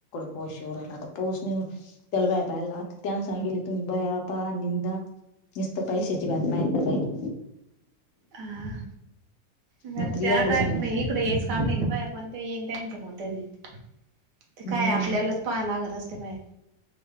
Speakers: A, on the left; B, on the right.
A: पो शवरायलाता पोस त्याला बाया पाहिला त्यान सांगितले तुम्ही बाया. निंद नस्त पाई शेची बातम्या राहिली
B: हह मका
A: मात्र एवढं सांगितलं
B: म तकडे यायचं काम नाही बा कोण ते येईनच्या कोणतरी ते
A: हम्म
B: काय आपल्याला पाहा लागत असते बाय.